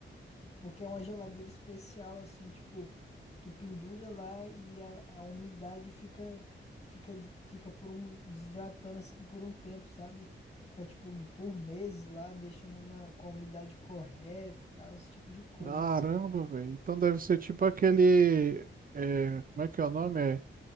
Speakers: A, on the left; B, on the right.
A: Porque é uma geladeira especial, assim, tipo, tu pendura lá e a, a umidade fica, fica, fica por um, desidratando assim por um tempo, sabe? Fica, tipo, por meses lá, deixando na, com a umidade correta e tal, esse tipo de coisa,
B: Caramba,
A: assim.
B: velho. Então deve ser tipo aquele. é, como é que é o nome? É,